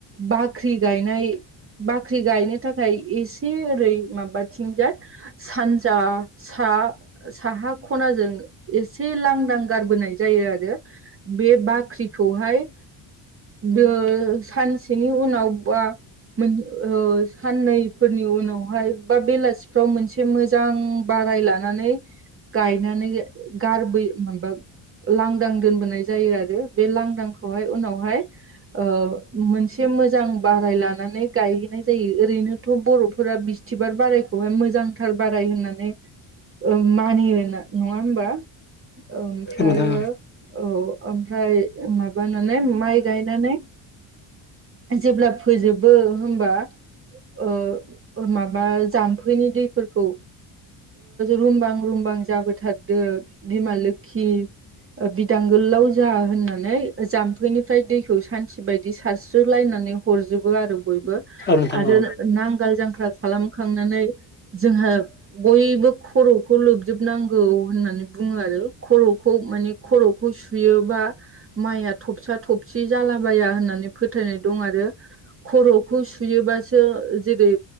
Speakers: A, on the right; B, on the left.
A: बाख्रि गायनाय बाख्रि गायनो थाखाय एसे ओरै माबाथिंजाय सानजा सा साहा खनाजों एसे लांदां गारबोनाय जायो आरो। बे बाख्रिखौहाय दो सानसेनि उनाव बा मोन ओ साननै फोरनि उनावहाय बा बेलासिफ्राव मोनसे मोजां बाराय लानानै गायनानै गारबोयो माबा लांदां दोनबोनाय जायो आरो बे लांदांखौहाय उनावहाय ओ मोनसे मोजां बाराय लानानै गायहैनाय जायो ओरैनो थ' बर'फोरा बिस्थिबार बारायखौहाय मोजांथार बाराय होननानै ओ मानियोना नङा होमबा ओमफ्रायो
B: औ नोंथां
A: औ ओमफ्राय माबानानै माइ गायनानै जेब्ला फोजोबो होमबा ओ ओ माबा जाम्फैनि दैफोरखौ रुमबां रुमबां जाबोथारदो बिमा लोखि बिदां गोलाव जा होननानै जाम्फैनिफ्राय दैखौ सान्थि बायदि सारस्रोलायनानै हरजोबो आरो बयबो
B: औ नोंथां
A: आरो
B: औ
A: नांगाल जांख्रा खालामखांनानै जोंहा बयबो खर'खौ लोबजोबनांगौ होननानै बुङो आरो खर'खौ माने खर'खौ सुयोबा माइया थबसा थबसि जालाबाया होननानै फोथायनाय दं आरो खर'खौ सुयोबासो जेरै